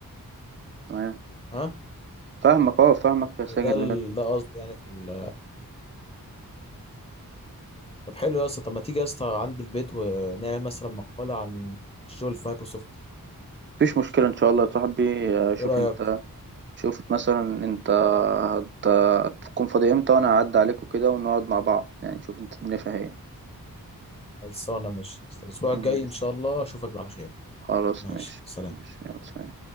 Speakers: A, on the right; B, on the left.
A: تمام
B: ها
A: فاهمك اه فاهمك يا ساجد
B: إيه ده ال...
A: بجد
B: ده قصدي يعني في ال... طب حلو يا اسطى طب ما تيجي يا اسطى عندي البيت ونعمل مثلا مقاله عن الشغل في مايكروسوفت
A: مفيش مشكلة ان شاء الله يا صاحبي آه، شوف
B: ايه رايك
A: انت شوف مثلا انت هت- هتكون فاضي امتى وانا هعدي عليك وكده ونقعد مع بعض يعني شوف انت الدنيا فيها ايه
B: خلصانه ماشي الاسبوع
A: ماشي
B: الجاي ان شاء الله اشوفك على خير
A: خلاص
B: ماشي
A: ماشي
B: سلام
A: ماشي يلا سلام.